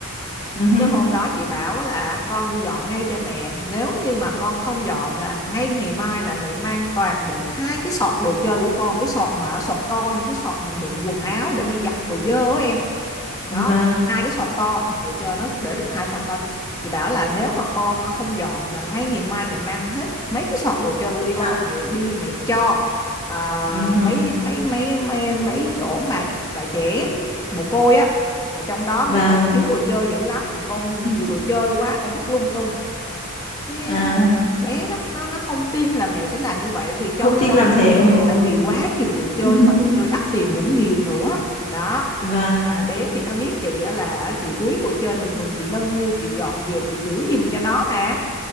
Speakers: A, on the left (about 35°); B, on the left (about 15°).
A: Ừ hứ,
B: cái hôm đó chị bảo là con đi dọn ngay cho mẹ nếu như mà con không dọn là ngay ngày mai là mẹ mang toàn bộ hai cái sọt đồ chơi của con cái sọt mà sọt to như cái sọt mình đựng quần áo để đi giặt đồ dơ đó em đó
A: vâng
B: hai cái sọt to nhà đồ chơi nó để được hai sọt to chị bảo là nếu mà con không dọn là ngay ngày mai mẹ mang hết mấy cái sọt đồ chơi của
A: đi
B: con
A: tặng
B: mẹ đi mẹ cho à,
A: Ừ hứ,
B: mấy mấy mấy mấy mấy chỗ mà trại trẻ mồ côi á rồi trong đó
A: vâng
B: mấy bạn thiếu đồ chơi dữ lắm mà con nhiều đồ chơi quá con vứt lung tung cái
A: à,
B: à, bé nó nó nó không tin là mẹ sẽ làm như vậy vì
A: không
B: trong
A: tin làm thế ừ, ừ,
B: tại vì quá nhiều đồ chơi
A: ừ. <laughs>
B: mà đồ chơi đắt tiền cũng nhiều nữa đó
A: vâng
B: mà bé thì nó biết chị á là chị quý đồ chơi bình thường chị nâng niu chị dọn dẹp chị giữ gìn cho nó nè